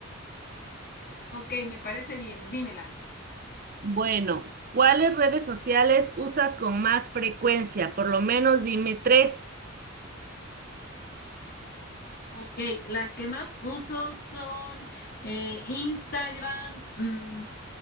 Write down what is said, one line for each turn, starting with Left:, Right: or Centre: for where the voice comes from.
Left: Ok, me parece bien, dímelas.
Right: Bueno, ¿cuáles redes sociales usas con más frecuencia? Por lo menos dime tres.
Left: Ok, las que más uso son eh, Instagram, mm,